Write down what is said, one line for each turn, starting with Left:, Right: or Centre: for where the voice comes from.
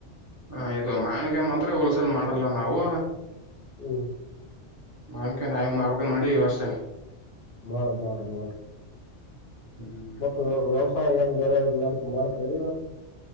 Right: ಹಾ ಇದು ಮಾವನ್ಕಾಯ ಮಾತ್ರ ಹೋಲ್ಸೆಲ್ ಮಾಡಲ್ಲ ನಾವು
Left: ಹ್ಮ್
Right: ಮಾವಿನಕಯ್ <unintelligible> ಮಾಡಿ ಈ ವರ್ಷ
Left: ಮಾಡ, ಮಾಡ, ಮಾಡ.
Right: ಹ್ಮ್
Left: ಮತ್ತ ವ್ಯವಸಾಯ ಏನ್ ಬೇರೆ ಯ್ದ ಮಾಡ್ತರಿ ನೀವು.